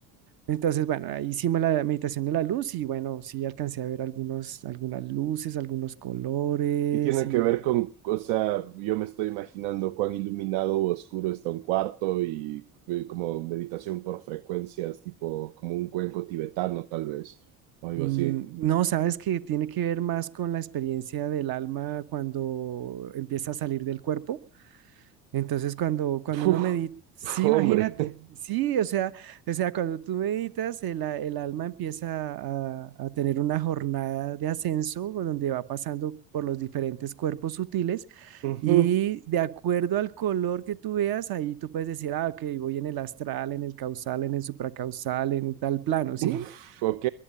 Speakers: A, on the right; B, on the right.
A: Entonces, bueno, ahí hicimos la meditación de la luz y bueno, sí alcancé a ver algunos, algunas luces, algunos colores
B: Y tiene
A: y
B: que ver con, o sea, yo me estoy imaginando cuán iluminado o oscuro está un cuarto y eh, como meditación por frecuencias, tipo como un cuenco tibetano, tal vez, o algo
A: mm,
B: así.
A: no, sabes que tiene que ver más con la experiencia del alma cuando empieza a salir del cuerpo. Entonces, cuando, cuando
B: Uf,
A: uno medita, sí,
B: uf, hombre.
A: imagínate, sí, o sea, o sea, cuando tú meditas, el, a- el alma empieza a, a tener una jornada de ascenso donde va pasando por los diferentes cuerpos sutiles
B: Ujú.
A: y de acuerdo al color que tú veas, ahí tú puedes decir, ah, ok, voy en el astral, en el causal, en el supracausal, en tal plano, ¿sí?
B: Uf, ok.